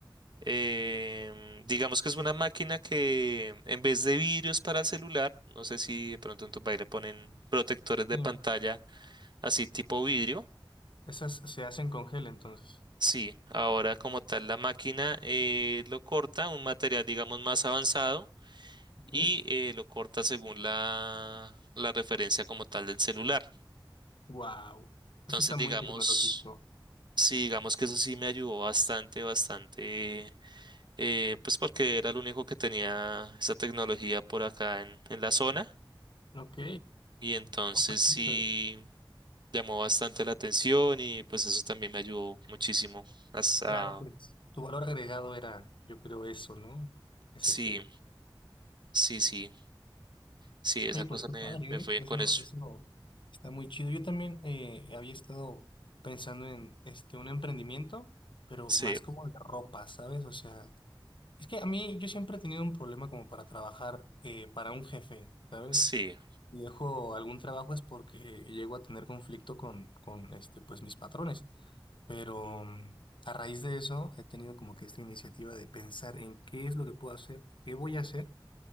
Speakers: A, on the right (about 60°); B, on the left (about 65°).
A: Em, digamos que es una máquina que en vez de vidrios para celular, no sé si de pronto en tu país le ponen protectores de
B: Sí,
A: pantalla así tipo vidrio.
B: esas se hacen con gel entonces.
A: Sí, ahora como tal la máquina eh, lo corta, un material digamos más avanzado
B: Ok,
A: y eh, lo corta según la, la referencia como tal del celular.
B: wow,
A: Entonces
B: eso está
A: digamos...
B: muy tecnológico.
A: Sí, digamos que eso sí me ayudó bastante, bastante, eh, pues porque era el único que tenía esa tecnología por acá en, en la zona
B: Ok,
A: y entonces
B: oh, pues
A: sí
B: sí, pero-
A: llamó bastante la atención y pues eso también me ayudó muchísimo. Hasta,
B: claro, pues tu valor agregado era, yo creo, eso, ¿no? Ese
A: sí,
B: gel.
A: sí, sí, sí, esa
B: Oye,
A: cosa
B: pues qué
A: me,
B: padre,
A: me fue
B: ¿eh?
A: bien
B: Eso,
A: con eso.
B: eso está muy chido. Yo también eh, había estado pensando en este, un emprendimiento, pero
A: Sí,
B: más como de ropa, ¿sabes? O sea. Es que a mí yo siempre he tenido un problema como para trabajar eh, para un jefe, ¿sabes?
A: sí,
B: Y dejo algún trabajo es porque llego a tener conflicto con, con este, pues, mis patrones. Pero mm, a raíz de eso he tenido como que esta iniciativa de pensar en qué es lo que puedo hacer, qué voy a hacer